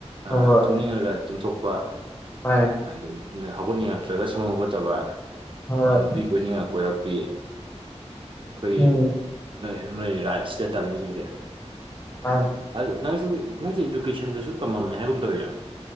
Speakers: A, on the left (about 20°); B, on the right (about 45°).
A: ꯍꯣꯏ
B: ꯑꯥ
A: ꯍꯣꯏ
B: ꯇꯨꯝꯅꯤꯡꯉꯒ ꯇꯨꯝꯊꯣꯛꯄ
A: ꯃꯥꯅꯦ
B: ꯑꯗꯨꯅ ꯍꯧꯒꯠꯅꯤꯡꯉꯛꯇ꯭ꯔꯒ ꯁꯨꯉꯧ ꯍꯧꯒꯠꯇꯕ
A: ꯍꯣꯏ
B: ꯅꯪ ꯅꯨꯄꯤ ꯀꯣꯏꯅꯤꯡꯉ ꯀꯣꯏꯔꯛꯄꯤ ꯑꯩꯈꯣꯏꯒꯤ
A: ꯎꯝ
B: ꯅꯣꯏ ꯅꯣꯏ ꯔꯥꯏꯠꯁꯤꯗ ꯇꯝꯃꯤꯁꯤꯡꯁꯦ
A: ꯃꯥꯅꯦ
B: ꯑꯗꯨ ꯅꯪꯁꯨ ꯅꯪꯁꯨ ꯏꯖꯨꯀꯦꯁꯟꯗꯁꯨ ꯇꯝꯃꯝꯃꯦ ꯍꯥꯏꯒꯨꯝ ꯇꯧꯋꯤꯅ